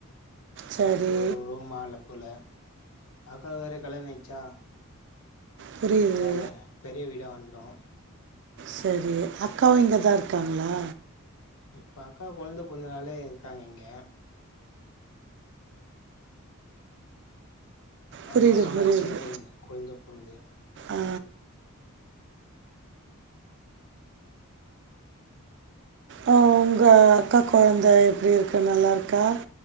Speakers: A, on the right; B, on the left.
A: சரி
B: ஒரு ரூம் ஹால போல அக்காக்கு வேற கல்யாண ஆய்டுச்சா
A: புரியுது
B: அதால பெரிய வீடா வந்துட்டோ
A: சரி அக்காவு இங்கதா இருக்காங்ளா
B: இப்போ அக்கா கொழந்த பொறந்தனாலே இருக்காங்க இங்க நாலு
A: புரியுது
B: மாசந்த
A: புரியுது
B: ஆயிடுச்சு கொ கொழந்த பொறந்து
A: ஆ ஓ உங்க அக்கா கொழந்த எப்டி இருக்கு நல்லா இருக்கா